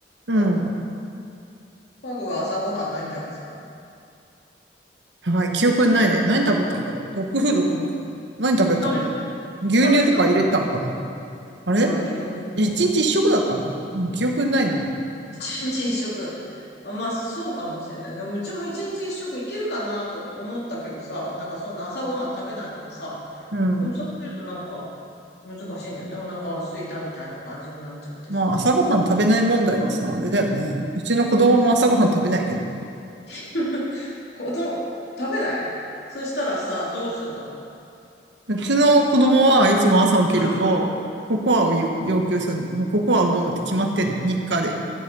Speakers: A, on the right; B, on the left.
A: うん。
B: うん。パグは朝ごはん何食べてたの
A: やばい、記憶にないね。何食べたんだろう。ドッグフードかな。何食べたかな。
B: 食べて、
A: 牛乳とか入れたのかな。
B: 食べてたのかな
A: あれ
B: あ、牛乳。
A: 一日一食だったのかな。もう記憶にないな。
B: 一日一食。あまあ、そうかもしれない。でも、うちも一日一食いけるかなと思ったけどさ、なんかそんな朝ごはん食べないならさ、
A: うん。
B: でもそうするとなんか難しいんだよね。お腹が空いたみたいな感じになっちゃってさ。
A: まあ、朝ごはん食べない問題はさ、あれだよね。うちの子供も朝ごはん食べないけどね。
B: うん。<laughs> こど、食べないそしたらさ、どうすんの
A: うちの子供はいつも朝起きると、
B: うん、
A: ココアを要要求するのよ。もうココアを飲むって決まってんの、日課で。